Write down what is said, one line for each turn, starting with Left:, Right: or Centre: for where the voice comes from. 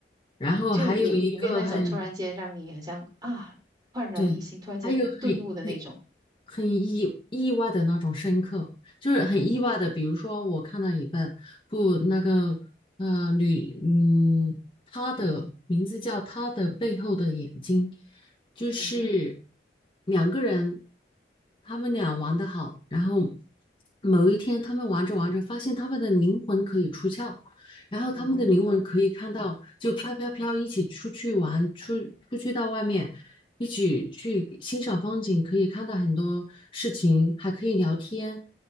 Left: 然后还有就一比个如很呢
Right: 就有有没有那种突然间让你好像啊焕然一新，
Left: 对，
Right: 突然间顿悟的那种？
Left: 还有很很很意意外的那种深刻，就是很意外的。
Right: 嗯哼，
Left: 比如说，我看到一本不那个呃女嗯，她的名字叫《她的背后的眼睛》，就是
Right: 嗯哼，
Left: 两个人，他们俩玩的好，然后某一天他们玩着玩着，发现他们的灵魂可以出窍。然后他们的灵魂可以看到，
Right: 嗯哼，
Left: 就飘飘飘一起出去玩，出出去到外面，一起去欣赏风景，可以看到很多事情，还可以聊天，